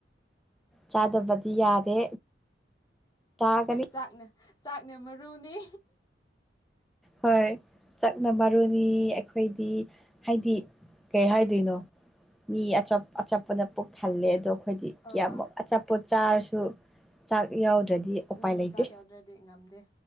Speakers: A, in the centre; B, on the left (about 20°).
A: ꯆꯥꯗꯕꯗꯤ ꯌꯥꯗꯦ ꯆꯥꯒꯅꯤ
B: ꯆꯥꯛꯅ ꯆꯥꯛꯅ ꯃꯔꯨꯅꯤ
A: ꯍꯣꯏ ꯆꯥꯛꯅ ꯃꯔꯨꯅꯤ ꯑꯩꯈꯣꯏꯗꯤ ꯍꯥꯏꯗꯤ ꯀꯩ ꯍꯥꯏꯗꯣꯏꯅꯣ ꯃꯤ ꯑ ꯑꯆꯥꯄꯅ ꯄꯨꯛ ꯊꯜꯂꯦ ꯑꯗꯣ ꯑꯩꯈꯣꯏꯗꯤ
B: ꯑꯥ
A: ꯀꯌꯥꯃꯨꯛ ꯑꯆꯥꯄꯣꯠ ꯆꯥꯔꯁꯨ ꯆꯥꯛ ꯌꯥꯎꯗ꯭ꯔꯗꯤ
B: ꯄꯨꯛ
A: ꯎꯄꯥꯏ
B: ꯎ
A: ꯂꯩꯇꯦ
B: ꯆꯥꯛ ꯌꯥꯎꯗ꯭ꯔꯗꯤ ꯉꯝꯗꯦ